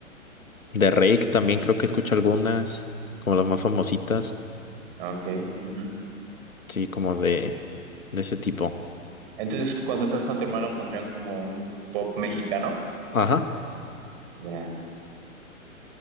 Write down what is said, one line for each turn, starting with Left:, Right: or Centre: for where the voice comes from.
Left: de Rake también creo que escucho algunas, como las más famositas,
Right: Ok. ujú.
Left: sí, como de, de ese tipo.
Right: Entonces, cuando estás con tu hermano, pondrían como un pop mexicano.
Left: Ajá.
Right: Ya.